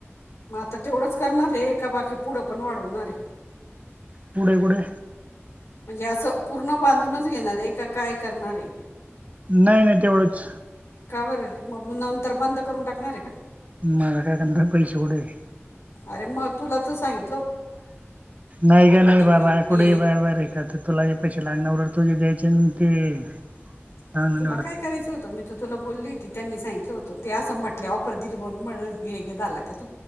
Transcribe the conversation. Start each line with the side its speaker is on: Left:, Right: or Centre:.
Left: मग आता तेवढंच करणार ए का बाकी पुढं पण वाढवणार ए?
Right: पुढे कुठे?
Left: म्हणजे असं, पूर्ण बांधूनच घेणार ए... का काय करणार ए?
Right: नाई नाई तेवढंच.
Left: का बरं रे... मग नंतर बंद करून टाकणार ए का?
Right: माझ्या कडं नंतर पैसे कुठं ए?
Left: अरे मग, तुला तर साईन
Right: नाई गं नाई बाबा,
Left: ग- हे
Right: कुढे बार बार हे करता तुला हे पैसे लागणार... उलट तुझे द्यायचे ना ते. चांगलं
Left: तुला
Right: नाही वाटत
Left: काय करायचं होतं, मी तर तुला बोलली होती... त्यांनी सांगितलं होतं, ते असं म्हटल्या <unintelligible> <unintelligible> झाला का तू?